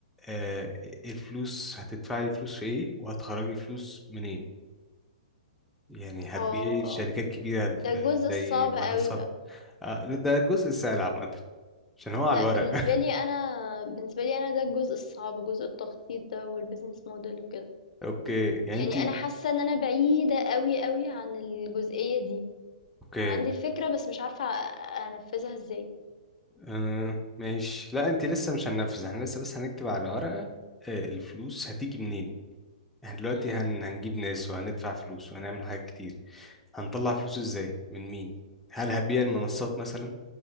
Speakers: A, in the centre; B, on the left.
A: آه، الفلوس هتدفعي فلوس في ايه وهتخرجي فلوس منين يعني هتبيعي
B: آه،
A: شركات كبيرة هت-
B: ده
A: آه،
B: الجزء
A: زي
B: الصعب
A: منصات
B: أوي بقى،
A: آه، ده الجزء السهل عامة عشان هو على
B: لأ
A: الورق
B: بالنسبة
A: <laughs>
B: لي أنا بالنسبة لي أنا ده الجزء الصعب، جزء التخطيط ده والbusiness model وكده.
A: اوكي يعني
B: يعني
A: انت
B: انا حاسه ان انا بعيده قوي قوي عن الجزئيه دي
A: اوكي
B: عندي الفكره بس مش عارفه انفذها ازاي
A: آه ماشي لا انت لسه مش هننفذ احنا لسه بس هنكتب على ورقة آه الفلوس هتيجي منين احنا دلوقتي
B: امم
A: هن... هنجيب ناس وهندفع فلوس وهنعمل حاجات كتير هنطلع فلوس ازاي من مين هل هبيع المنصات مثلا